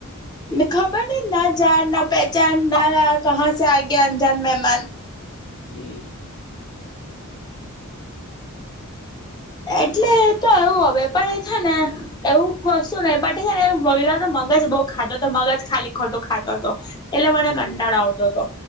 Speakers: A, on the left; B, on the left.
A: ખબર નહી ના જાન ના પહેચાન ના ક સ આગે અનજાન મહેમાન
B: હમ્મ
A: એટલે
B: હમ
A: તો એવું હવે પણ છે ને એવું વસ્તુ ને પણ છેને, એ વગેરા તો મગજ બઉ ખાટો તો મગજ ખાલી ખોટો ખાતો હતો એટલે મને
B: હમ
A: કંટાળો આવતો હતો